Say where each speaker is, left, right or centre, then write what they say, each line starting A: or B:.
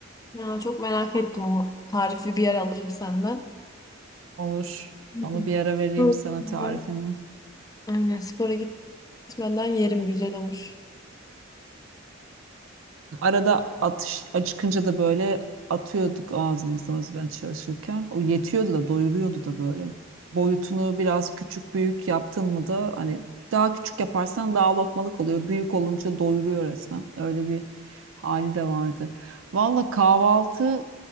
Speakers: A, on the left; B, on the right.
A: Ya çok merak ettim o tarifi bir yer alırım senden.
B: Olur.
A: Hı
B: Onu
A: hı.
B: bir ara vereyim
A: Böyle,
B: sana
A: ben-
B: tarifini.
A: Aynen spora gitmeden yerim güzel olur.
B: Arada atış acıkınca da böyle atıyorduk ağzımıza mesela ben çalışırken. O yetiyordu da doyuruyordu da böyle. Boyutunu biraz küçük büyük yaptın mı da hani daha küçük yaparsan daha lokmalık oluyor. Büyük olunca doyuruyor resmen. Öyle bir hali de vardı. Valla kahvaltı